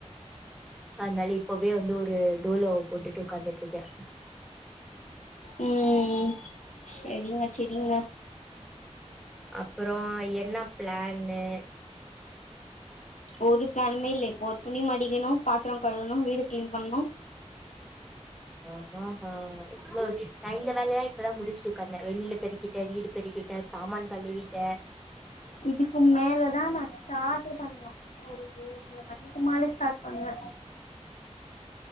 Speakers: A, in the centre; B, on the left (about 85°).
A: அதனால இப்பவே வந்து ஒரு டோலோ போட்டுட்டு உட்கார்ந்துட்டு இருக்க
B: ம் செரிங்க செரிங்க
A: அப்றோ என்ன பிளான்னு
B: ஒரு பிளானுமே இல்லே இப்ப துணி மடிக்கணு பாத்ரோ கழணு வீடு க்ளீன் பண்ணு
A: ஆஹஹா நா இந்த வேலைய இப்பதா முடிச்சுட்டு உக் காந்த வெளில பெருக்கிட்ட வீடு பெருக்கிட்ட சாமான் கழுவிட்ட
B: இதுக்கு மேலதா நா ஷ்டார்டே பண்ணு ஒரு இது ரெண்டற மணிக்கு மேலே ஸ்டார்ட் பண்ணுவ